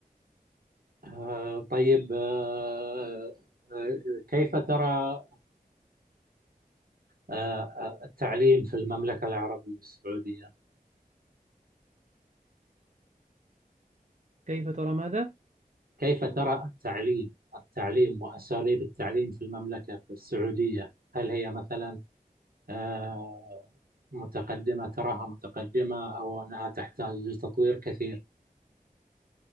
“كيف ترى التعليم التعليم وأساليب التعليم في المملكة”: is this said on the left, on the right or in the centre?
Right